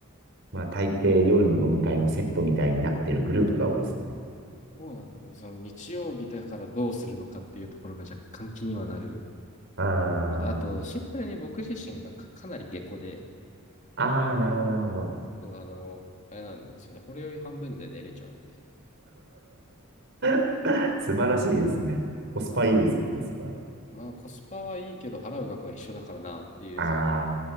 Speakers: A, on the right; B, on the left.
A: まあ大抵夜の飲み会もセットみたいになってるグループが多いですね。
B: どうなんだろうね。その日曜日だからどうするのかっていうところが若干気にはなる。
A: あ
B: また、あと、
A: ー
B: シンプルに僕自身がかかなり下戸で、
A: あー、なるほど、なるほど。
B: そう、あの、あれなんですよね。これより半分で寝れちゃうんで。
A: <laughs> 素晴らしいですね。コスパいいですよ、
B: うん
A: コスパ。
B: まあ、コスパはいいけど、払う額は一緒だからなっていう、
A: ああ、
B: その、